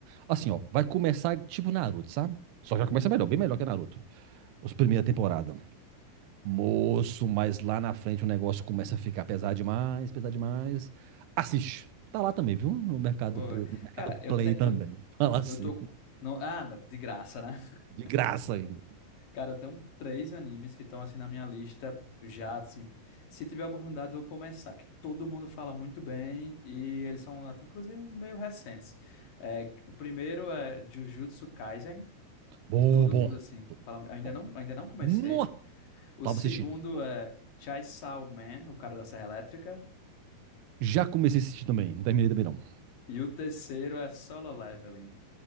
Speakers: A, on the right; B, on the left.
A: Assim, ó, vai começar tipo Naruto, sabe? Só que já começa melhor, bem melhor que Naruto. Os primeira temporada. Moço, mas lá na frente o negócio começa a ficar pesado demais, pesado demais. Assiste. Tá lá também, viu? No mercado,
B: Oi.
A: no mercado
B: Cara,
A: Play
B: eu, te,
A: também.
B: eu,
A: <laughs> Fala assim.
B: eu tô. com- No, ah, de graça, né? <laughs>
A: De graça ainda.
B: Cara, eu tenho três animes que estão assim na minha lista já, assim. Se tiver oportunidade, eu vou começar, que todo mundo fala muito bem e eles são, até, inclusive, meio recentes. É, o primeiro é Jujutsu Kaisen,
A: Bom,
B: que todo
A: bom.
B: mundo, assim, fala. eu Ainda
A: Bom.
B: não, ainda não comecei.
A: No,
B: O
A: tava
B: segundo
A: assistindo. Bom.
B: é Chainsaw Man, o cara da Serra Elétrica.
A: Já comecei a assistir também. Não terminei também, não.
B: E o terceiro é Solo Leveling.